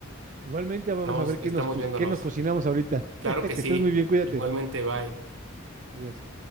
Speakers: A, on the right; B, on the right.
A: Igualmente, vamos
B: Estamos,
A: a ver qué
B: estamos
A: nos, co-
B: viéndonos.
A: qué nos cocinamos ahorita. <laughs>
B: Claro que
A: Que
B: sí.
A: estés muy bien, cuídate.
B: Igualmente, bye.
A: Adiós.